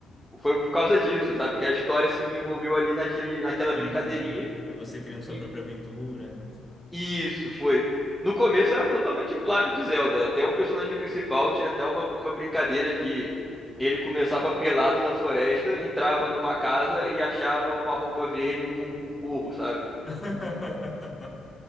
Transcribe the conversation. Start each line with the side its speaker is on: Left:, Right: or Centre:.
Centre: foi por causa disso, sabe? Que a história se desenvolveu ali naquele, naquela
Left: E
Centre: brincadeirinha.
Left: pra você criando sua
Centre: E
Left: própria aventura.
Centre: e isso foi. No começo era totalmente plágio de Zelda. Até o personagem principal tinha até uma, uma brincadeira que ele começava pelado na floresta, entrava numa casa e achava uma roupa verde com, com um gorro, sabe?
Left: <laughs>